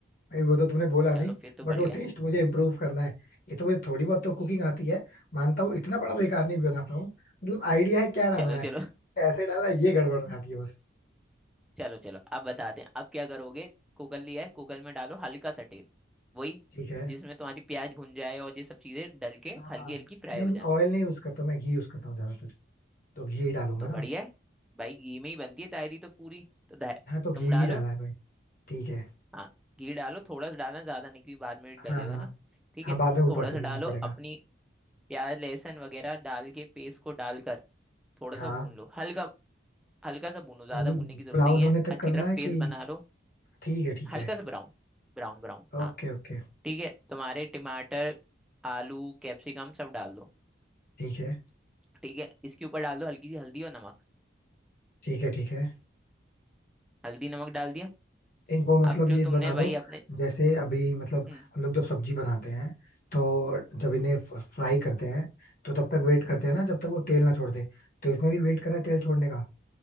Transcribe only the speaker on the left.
भाई वो तो तुमने बोला
नहीं
बट
वो टेस्ट मुझे इम्प्रूव करना है ये तो मुझे थोड़ी बहुत तो कुकिंग आती है मानता हूँ इतना बड़ा बेकार नहीं बनाता हूँ मतलब आइडिया है क्या डालना
है
कैसे डालना है ये गड़बड़ हो जाती है बस
ठीक है
हाँ
हाँ
नहीं
ऑयल नहीं यूज करता मैं घी यूज करता हूँ ज्यादातर तो घी ही डालूंगा
ना
हाँ तो घी
ही डाला है भाई ठीक है
हाँ हाँ
हाँ
बाद में ऊपर
से
भी
पड़ेगा
हाँ
ब्राउन
होने तक
करना
है
कि
ठीक है ठीक
है
Okay
okay
ठीक है
ठीक है ठीक है
इनको मतलब
ये
बता दो
जैसे अभी मतलब
हम लोग जब सब्जी बनाते हैं तो जब इन्हें फ्राई करते हैं तो तब तक वेट करते हैं ना जब तक वो तेल ना छोड़ दे तो इसमें भी वेट करा है तेल छोड़ने का